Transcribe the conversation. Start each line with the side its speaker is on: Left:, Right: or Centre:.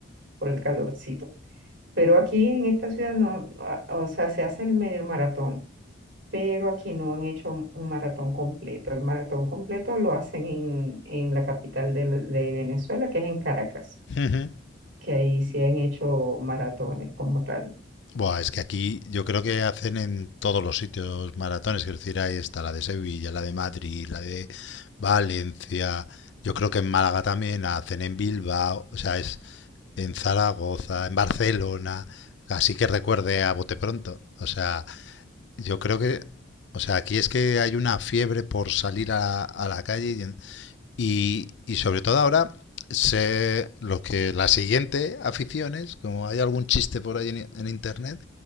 Right: por el calorcito. Pero aquí en esta ciudad no, no, o sea, se hace el medio maratón pero aquí no han hecho un un maratón completo. El maratón completo lo hacen en, en la capital de, de Venezuela, que es en Caracas,
Left: ujú.
Right: que ahí sí han hecho maratones como tal.
Left: Buah, es que aquí yo creo que hacen en todos los sitios maratones, es decir, ahí está la de Sevilla, la de Madrid, la de Valencia, yo creo que en Málaga también la hacen en Bilbao, o sea, es en Zaragoza, en Barcelona, así que recuerde a bote pronto, o sea, yo creo que, o sea, aquí es que hay una fiebre por salir a, a la calle y, en- y, y sobre todo ahora se, los que la siguiente aficiones, como hay algún chiste por ahí en, en internet,